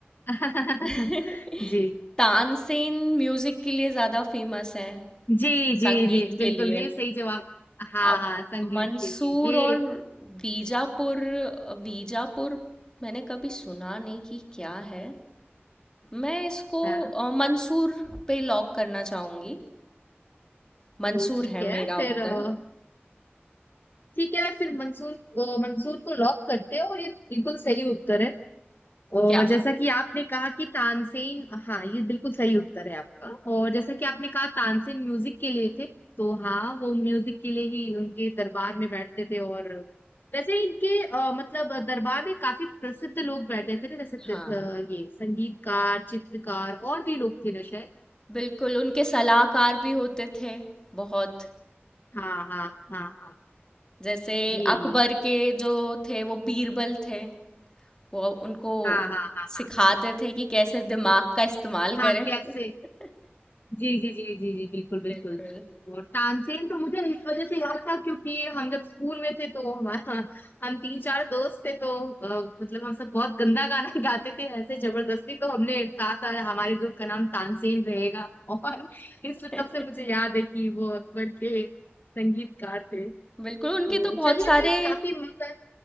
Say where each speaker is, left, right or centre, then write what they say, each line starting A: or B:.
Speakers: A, on the left (about 50°); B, on the left (about 20°).
A: <laughs>
B: <laughs>
A: जी
B: तानसेन म्यूजिक के लिए ज्यादा फेमस है
A: जी जी
B: संगीत
A: जी बिल्कुल
B: के लिए
A: ये सही जवाब हाँ
B: अब
A: हाँ संगीत
B: मंसूर
A: के लिए ये
B: और वीजापुर वीजापुर मैंने कभी सुना नहीं कि क्या है मैं इसको
A: हाँ
B: अ, मंसूर पे लॉक करना चाहूंगी मंसूर
A: तो ठीक
B: है
A: है
B: मेरा
A: फिर
B: उत्तर
A: अ, ठीक है फिर मंसूर अ, मंसूर को लॉक करते हो और ये बिल्कुल सही उत्तर है और
B: क्या
A: जैसा कि आपने कहा कि तानसेन हाँ ये बिल्कुल सही उत्तर है आपका और जैसा कि आपने कहा तानसेन म्यूजिक के लिए थे तो हाँ वो म्यूजिक के लिए ही उनके दरबार में बैठते थे और वैसे ही इनके अ, मतलब दरबार में काफी प्रसिद्ध लोग बैठे थे ना जैसे त-
B: हाँ
A: अ, ये संगीतकार चित्रकार और भी लोग थे ना शायद
B: बिल्कुल उनके सलाहकार भी होते थे बहुत
A: हाँ हाँ हाँ हाँ
B: जैसे
A: ये
B: अकबर
A: ये
B: के जो थे वो बीरबल थे वो उनको
A: हाँ हाँ हाँ हाँ
B: सिखाते थे कि कैसे दिमाग का इस्तेमाल
A: हाँ
B: करें
A: कैसे
B: <laughs>
A: जी जी जी जी जी बिल्कुल बिल्कुल
B: बिल्कुल
A: और तानसेन तो मुझे इस वजह से याद था क्योंकि हम जब स्कूल में थे तो हमारा <laughs> हम तीन चार दोस्त थे तो अ, मतलब हम सब बहुत गंदा गाना <laughs> गाते थे ऐसे जबरदस्ती तो हमने कहा था हमारे ग्रुप का नाम तानसेन रहेगा <laughs> और इस
B: <laughs>
A: तब से मुझे याद है कि वो अकबर के संगीतकार थे
B: बिल्कुल
A: तो
B: उनके तो बहुत
A: चलिए
B: सारे
A: फिर काफी मजा